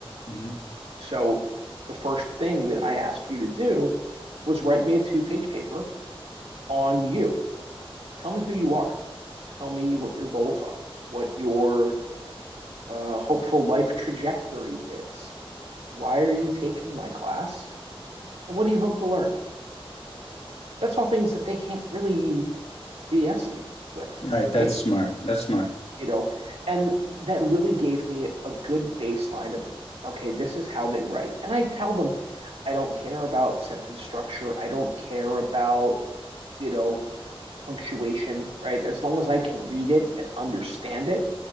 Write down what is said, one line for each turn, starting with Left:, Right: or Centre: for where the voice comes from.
Left: hmm
Right: So the first thing that I asked you to do was write me a two-page paper on you. Tell me who you are. Tell me what your goals are, what your uh, hopeful life trajectory is. Why are you taking my class? And what do you hope to learn? That's all things that they can't really BS me with,
Left: Right, that's
Right: right?
Left: smart. That's smart.
Right: You know, and that really gave me a good baseline of, okay, this is how they write. And I tell them, I don't care about sentence structure. I don't care about, you know, punctuation, right? As long as I can read it and understand it,